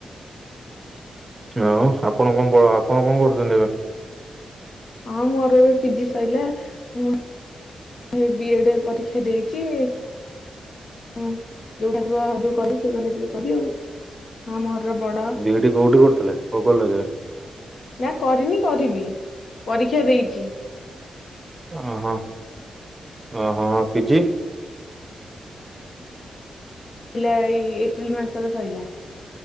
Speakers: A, on the right; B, on the left.
A: ଆଉ ଆପଣ କଣ ପ ଆପଣ କଣ କରୁଚନ୍ତି ଏବେ?
B: ହଁ ମୋର ଏବେ ପି ଜି ସଇଲା ମୁଁ ଏ ବିଏଡ଼େ ପରୀକ୍ଷା ଦେଇଚି। ହଁ ଯୋଉଠୁ ଆସିବ ଯୋଉ କଲେଜ ସେଇ କଲେଜରେ କରିବି ଆଉ ହଁ ମୁଁ ଘରର ବଡ।
A: ବିଇଡି କୋଉଠି କରୁଥିଲେ କୋଉ କଲେଜରେ?
B: ନା କରିନି କରିବି ପରୀକ୍ଷା ଦେଇଚି।
A: ଓହୋ ଓହୋ ଆଉ ପି ଜି?
B: ପିଲ ଏଇ ଏପ୍ରିଲ ମାସରେ ସରିଲା